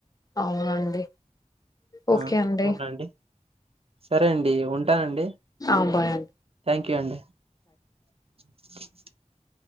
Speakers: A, on the left; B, on the right.
A: అవునండి ఓకే
B: ఆ
A: అండి
B: అవునండి సరే అండి ఉంటానండి
A: ఆ బాయ్ అం
B: థాంక్ యూ అండి <inaudible>